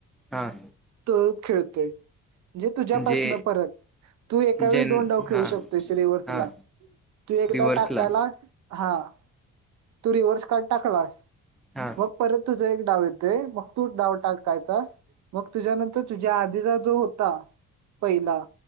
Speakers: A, in the centre; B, on the right.
A: हा
B: तो खेळतोय. म्हणजे तुझ्यापासन
A: जे
B: परत तू एका वेळी
A: जेन
B: दोन डाव खेळू
A: हा
B: शकतोय रिवर्सला
A: हा
B: तू एकदा
A: रिव्हर्सला
B: टाकायलास हा. तू रिव्हर्स का टाकलास
A: हा
B: मग परत तु एक डाव येतय मग तू डाव टाककायचास मग तुझ्यानंतर तुझ्या आधीचा जो होता पहिला